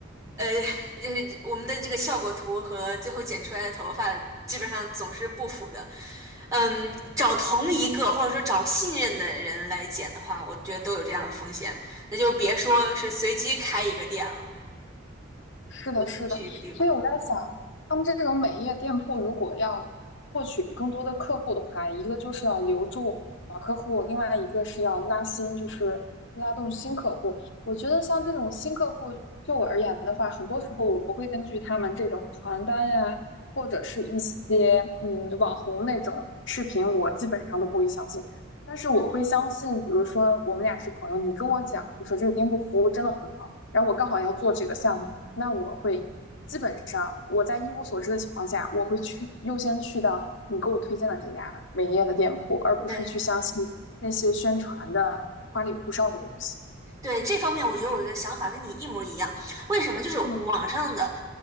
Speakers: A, on the right (about 15°); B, on the left (about 60°).
A: 呃，就是我们的这个效果图和最后剪出来的头发基本上总是不符的。嗯，找同一个或者说找信任的人来剪的话，我觉得都有这样的风险，那就别说是随机开一个店了，
B: 是的，
A: 随机去一个地方。
B: 是的，所以我在想，
A: 嗯，
B: 他们这种美业店铺如果要获取更多的客户的话，一个就是要留住老客户，另外一个是要拉新，就是拉动新客户。我觉得像这种新客户，就我而言的话，很多时候我不会根据他们这种传单呀，或者是一些嗯网红那种视频，我基本上都不会相信。但是我会相信，
A: 嗯，
B: 比如说我们俩是朋友，你跟我讲，你说这个店铺服务真的很然后我刚好要做这个项目，那我会基本上我在一无所知的情况下，我会去优先去到你给我推荐的这家美业的店铺，而不是去相信那些宣传的花里胡哨的东西。
A: 对。对这方面，我觉得我的想法跟你一模一样。为什么？就是网上的，
B: 嗯，